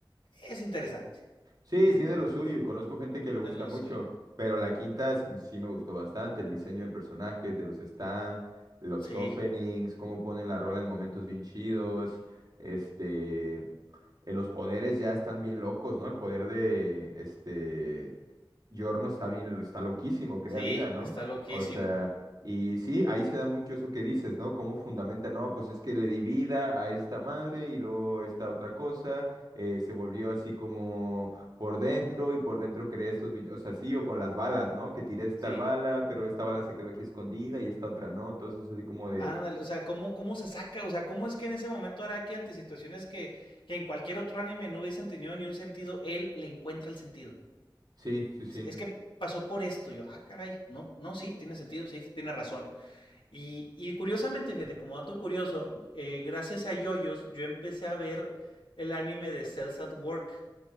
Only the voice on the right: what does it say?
Sí,
tiene lo suyo y conozco gente que le gusta
mucho,
pero la quinta s- sí me gustó bastante, el diseño
de personajes, de los stands, los
openings, cómo ponen la rola en momentos bien chidos, este, eh, los poderes ya están bien locos, ¿no? El poder de, este, Yorno está bien, está loquísimo, crea
vida, ¿no?
O sea, y sí, ahí se da mucho eso que dices, ¿no? Cómo fundamenta, no, pues es que le di vida a esta madre y luego esta otra cosa, eh, se volvió así como por dentro y por dentro creé estos bichos, o sea, sí, o con las balas, ¿no? Que tiré tal
bala, pero esta bala se quedó aquí escondida y esta otra no, todo entonces así como de,
sí, sí, sí,